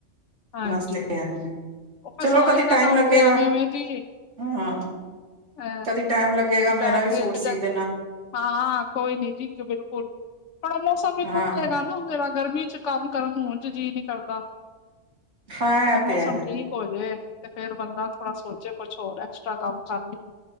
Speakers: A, on the left; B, on the right.
A: ਹਾਂਜੀ
B: ਵਾਸਤੇ।
A: ਉ ਫੇਰ
B: ਚਲੋ
A: ਸਿਲਾਈ
B: ਕਦੀ
A: ਦਾ
B: ਟਾਈਮ
A: ਕੰਮ
B: ਲੱਗੇਗਾ
A: ਤੇ ਐਵੇਂ ਵੇਂ ਜੀ
B: ਹਾਂ
A: ਹਹ
B: ਕਦੀ ਟਾਈਮ ਲੱਗੇਗਾ
A: ਵੀ ਬੈਠੇ
B: ਮੇਰਾ ਸੂਟ
A: ਇੱਕ
B: ਸੀ
A: ਜਗ
B: ਦੇਣਾ
A: ਹਾਂ ਕੋਈ ਨੀ ਜੀ ਬਿਲਕੁਲ ਹੁਣ ਉਹ ਮੌਸਮ ਵੀ
B: ਹਾਂ
A: ਖੁੱਲ ਜਾਏਗਾ ਨਾ ਮੇਰਾ ਗਰਮੀ ਚ ਕੰਮ ਕਰਨ ਨੂੰ ਉਂਝ ਜੀ ਨੀ ਕਰਦਾ।
B: ਹਾਂ
A: ਥੋੜਾ
B: ਇਹ
A: ਮੌਸਮ
B: ਤੇ ਹੈ
A: ਠੀਕ ਹੋਜੇ ਤੇ ਫੇਰ ਬੰਦਾ ਥੋੜਾ ਸੋਚੇ ਕੁਛ ਹੋਰ ਐਕਸਟਰਾ ਕੰਮ ਕਰ ਲਈਏ।